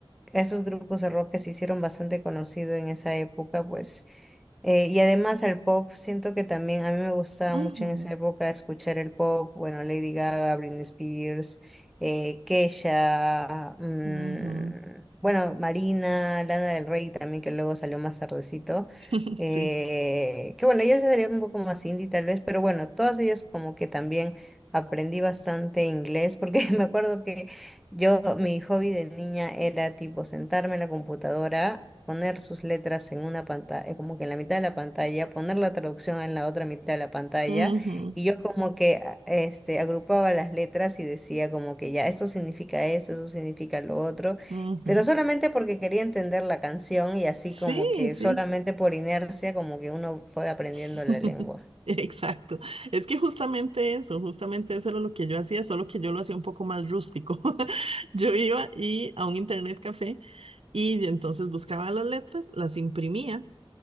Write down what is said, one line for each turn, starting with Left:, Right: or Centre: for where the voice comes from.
Centre: a esos grupos de rock que se hicieron bastante conocido en esa época, pues, Eh, y además al pop, siento que también a mí me gustaba
Right: Ujú,
Centre: mucho en esa época escuchar el pop, bueno, Lady Gaga, Britney Spears, eh, Kesha, mm,
Right: ujú.
Centre: bueno, Marina, Lana del Rey también, que luego salió más tardecito,
Right: <laughs>
Centre: eh,
Right: Sí.
Centre: que bueno, ella sería un poco más indie tal vez, pero bueno, todas ellas como que también aprendí bastante inglés, porque <laughs> me acuerdo que yo, mi hobby de niña era tipo sentarme en la computadora, poner sus letras en una pantalla, como que en la mitad de la pantalla, poner la traducción en la otra mitad de la pantalla,
Right: Ujú,
Centre: y yo como que a- este, agrupaba las letras y decía como que ya, esto significa esto, eso significa lo otro,
Right: ujú.
Centre: pero solamente porque quería entender la canción y así
Right: Sí,
Centre: como que
Right: sí.
Centre: solamente por inercia como que uno fue aprendiendo
Right: <laughs>
Centre: la lengua.
Right: Exacto. Es que justamente eso, justamente eso era lo que yo hacía, solo que yo lo hacía un poco más rústico. <laughs> Yo iba y a un internet café y entonces buscaba las letras, las imprimía